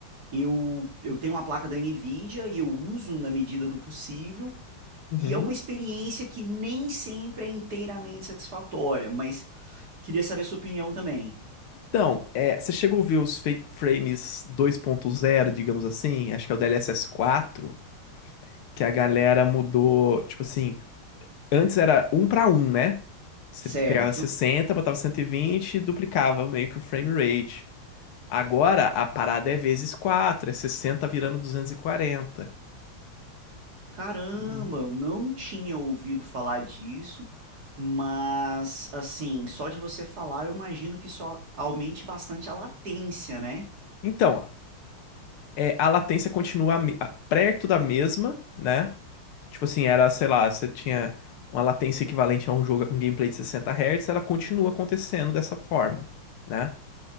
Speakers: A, on the right; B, on the left.
A: Eu, eu tenho uma placa da NVIDIA e eu uso na medida do possível,
B: uhum.
A: e é uma experiência que nem sempre é inteiramente satisfatória, mas queria saber sua opinião também.
B: Então, é, você chegou a ver os fake frames 2.0, digamos assim? Acho que é o DLSS 4, que a galera mudou, tipo assim, antes era um pra um, né? Você
A: Certo.
B: pegava 60, botava 120 e vinte e duplicava meio que o frame rate. Agora a parada é vezes quatro é 60 virando duzentos E... quarenta
A: Caramba,
B: e
A: eu não tinha ouvido falar disso, mas assim, só de você falar, eu imagino que só aumente bastante a latência, né?
B: Então, é, a latência continua me- a- perto da mesma, né? Tipo assim, era, sei lá, você tinha uma latência equivalente a um jogo, um gameplay de 60 Hz, ela continua acontecendo dessa forma, né?